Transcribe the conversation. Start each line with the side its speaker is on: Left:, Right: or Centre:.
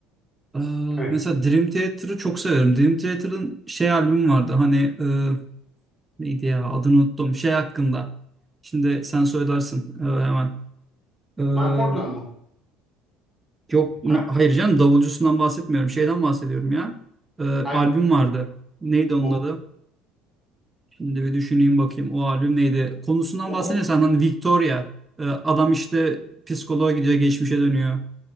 Right: Ee,
Centre: Evet.
Right: mesela Dream Theater'ı çok severim. Dream Theater'ın şey albümü vardı. Hani e, neydi ya adını unuttum. Şey hakkında. Şimdi sen söylersin e, hemen. Ee,
Centre: My Portal mı?
Right: yok ma-
Centre: My,
Right: hayır canım davulcusundan bahsetmiyorum. Şeyden bahsediyorum ya. Ee,
Centre: hani,
Right: albüm vardı. Neydi onun
Centre: o,
Right: adı? Şimdi bir düşüneyim bakayım o albüm neydi? Konusundan
Centre: o-
Right: bahsedersen hani Victoria. e, adam işte psikoloğa gidiyor geçmişe dönüyor.